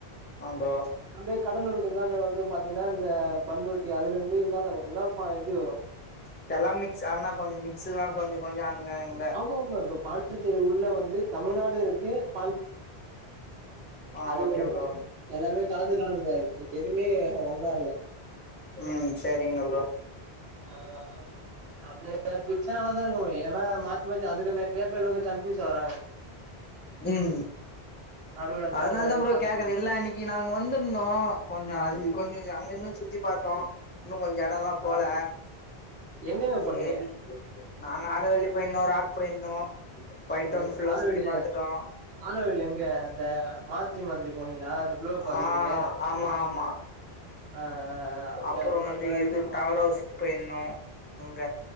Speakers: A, on the left; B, on the right.
A: ஆ ப்ரோ
B: அப்டியே கடலூருக்கு இந்தாண்டு வந்து பாத்தீங்கன்னா இந்த பண்ருட்டி அதுல இருந்து இந்தாண்ட பாத்தீங்கன்னா பல இது வரு
A: இதெல்லா மிக்ஸ் ஆனா கொஞ்ச மிக்ஸு தா கொஞ்ச கொஞ்ச அங்க அங்க
B: ஆமா ப்ரோ இப்ப பா பாண்டிச்சேரி உள்ள வந்து தமிழ்நாடு இருக்கு பாண்
A: ஆ
B: அதுல
A: ஓகே ப்ரோ
B: எல்லாமே கலந்து கலந்துதா இருக்கு எதுவுமே ஒன்னா இல்ல
A: ம் சரிங்க ப்ரோ
B: ஆ அது பிச்ச ஆளா தா இருக்க முடியும் ஆனா மாத்தி மாத்தி அதுல நெறைய பேர் வந்து கன்ஃபியூஸ் ஆகுறாங்க
A: ம்
B: நடுவுல
A: அதனால
B: தமிழ்நாடு
A: தா ப்ரோ
B: பாண்டிச்சேரி
A: கேக்குற இல்லனா இன்னைக்கு நாங்க வந்துருந்தோ கொஞ்ச அது கொஞ்ச அங்கங்க சுத்தி பாத்தோ இன்னு கொஞ்ச எடல்லா
B: ஆ
A: போல
B: எங்கெங்க
A: சேரி
B: போனீங்க
A: நாங்க ஆரவல்லி போயிருந்தோ ராக் போயிருந்தோ ஒயிட் டவுன்
B: ஓகே
A: ஃபுல்லா
B: ஆரவல்லில
A: சுத்தி பாத்துட்டோ
B: ஆரவல்லில எங்க இந்த மாத்திர மந்திரி போனீங்களா அந்த குளோ பாக்குறதுக்கு
A: ஆ ஆமா ஆமா
B: ஆ அங்க
A: அப்புற
B: அது
A: வந்து
B: மட்டுந்தா இருக்கு
A: இது டவர் ஹவுஸ்க் போயிருந்தோ இங்க